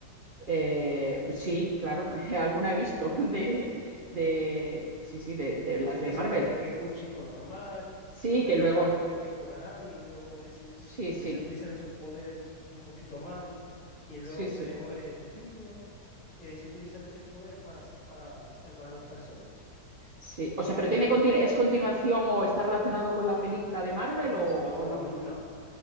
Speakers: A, on the right; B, on the left.
A: Eh, sí, claro, <laughs> alguna he visto de, de sí, sí, de, de
B: O
A: las
B: sea, ya
A: de
B: sabes
A: Marvel.
B: de que un chico normal
A: Sí,
B: lo pica,
A: que luego,
B: lo pica una araña y luego decide, uti-
A: sí, sí,
B: decide utilizar esos poderes un poquito mal y luego
A: sí, sí,
B: se le muere el tío y decide utilizar ese poder para, sa- para salvar a las personas.
A: sí. O sea, pero tiene continu- es continuación o está relacionado con la película de Marvel
B: Esto
A: o, o no.
B: no.